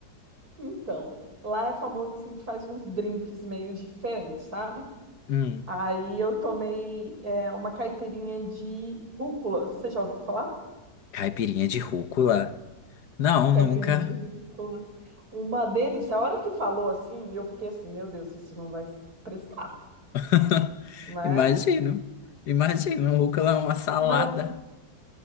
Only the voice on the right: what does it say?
Então, lá é famoso assim que faz uns drinks meio diferentes, sabe?
Aí eu tomei é, uma caipirinha de rúcula. Você já ouviu falar?
Caipirinha
de rúcula. Uma delícia. A hora que falou assim, eu fiquei assim, meu Deus, isso não vai prestar,
né?
Mas, <laughs>